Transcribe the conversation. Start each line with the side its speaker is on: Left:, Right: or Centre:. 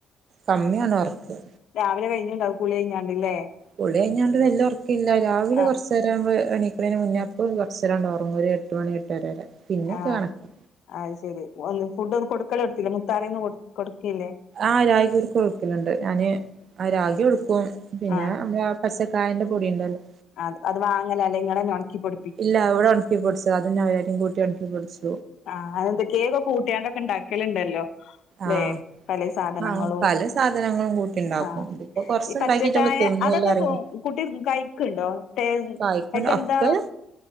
Right: കമ്മിയാണ് ഒർക്ക്
Left: രാവിലെ കഴിഞ്ഞ്ണ്ടാവും കുളി കഴിഞ്ഞാണ്ട്ല്ലേ
Right: കുളി കഴിഞ്ഞാണ്ട് വെല്ല്യ ഒറക്കില്ല രാവിലെ
Left: ആഹ്
Right: കൊറച്ച് <unintelligible> എണീക്ക്ണേനെ മുന്നെ അപ്പൊന്ന് കൊറച്ചേരാണ്ട് ഒറങ്ങും ഒരു എട്ട് മണി എട്ടര വരെ പിന്നൊക്കെ
Left: ആ
Right: കണക്കാ
Left: അയ് ശരി ഒന്ന് ഫുഡ് ഒന്നും കൊടുക്കല് തൊട്ത്തില്ലേ മുത്താറിയൊന്നും കൊ കൊടുക്കെല്ലേ
Right: ആ രാഗി കുറുക്ക് കൊട്ക്കല്ണ്ട്. ഞാന് ആ രാഗി കൊടുക്കും. പിന്നെ
Left: ആഹ്
Right: <unintelligible> പച്ചക്കായന്റെ പൊടി ഇണ്ടല്ലോ
Left: അത് അത് വാങ്ങല അല്ലേ ഇങ്ങളന്നെ ഉൺക്കിപൊടി
Right: ഇല്ല ഇവടെ ഉൺക്കിപ്പൊട്ച്ചതാ അത് നവരരിം കൂട്ടി ഉൺക്കിപ്പൊട്ച്ചു.
Left: ആ അതെന്തേക്കെ ഒക്ക കൂട്ടിയാണ്ടൊക്കെ ഇണ്ടാക്കല്ണ്ടല്ലോ ലെ
Right: ആഹ്
Left: പലെ സാധനങ്ങളും
Right: ആഹ് പല സാധനങ്ങളും കൂട്ടിണ്ടാക്കും
Left: ആ
Right: ഇതിപ്പോ കൊർച്ച്ണ്ടാക്കിട്ടൊള്ളു
Left: ഈ പച്ച കായ
Right: തിന്നൊള്ളു
Left: അതെക്കെ
Right: അറിയ
Left: കു കുട്ടി കഴിക്ക്ണ്ടോ
Right: കായ്ക്കണ്ട
Left: അയ്ക്കെന്താ
Right: ഒക്കെ